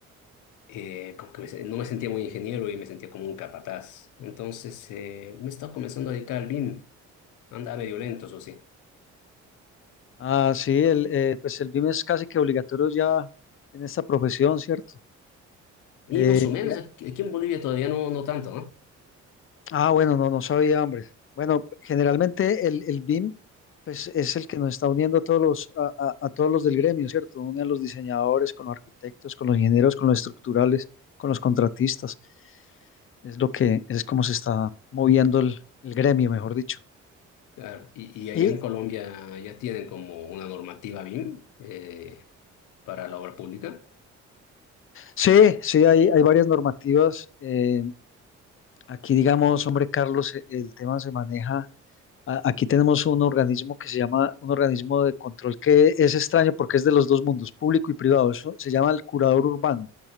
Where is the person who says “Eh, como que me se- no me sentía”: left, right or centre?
Left